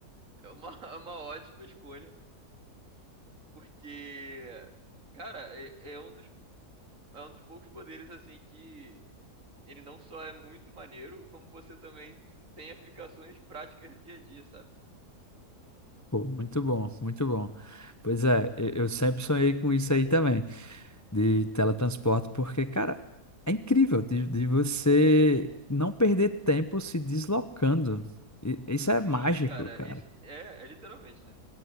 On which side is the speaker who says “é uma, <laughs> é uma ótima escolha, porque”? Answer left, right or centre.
Right